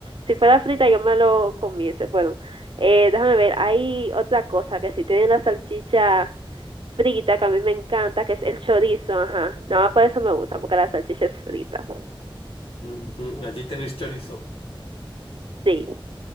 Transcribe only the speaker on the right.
Si fuera frita yo me lo comiese. Bueno, eh, déjame ver, hay otra cosa que si tienen la salchicha frita que a mí me encanta, que es el chorizo, ajá. No, por eso me gusta, porque la salchicha es frita.
Sí.